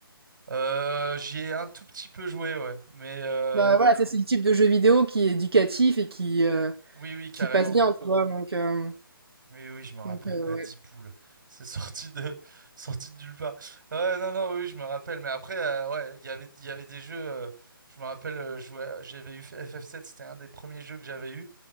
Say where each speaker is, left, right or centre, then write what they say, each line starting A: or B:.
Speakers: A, on the right; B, on the right.
A: Euh, j'y ai un tout petit peu joué, ouais, mais euh,
B: Bah, voilà, ça c'est le type de jeu vidéo qui est éducatif et qui, heu,
A: oui, oui, carrément.
B: qui passe bien, tu vois? Donc, hem
A: Oui, oui, je me rappelle,
B: Donc, euh,
A: Adiboules,
B: ouais.
A: c'est sorti de, <laughs> sorti de nulle part. Ouais, non, non, oui, je me rappelle, mais après, euh, ouais, il y avait, il y avait des jeux, euh, je me rappelle, euh, je jouais- j'avais eu FF7, c'était un des premiers jeux que j'avais eu,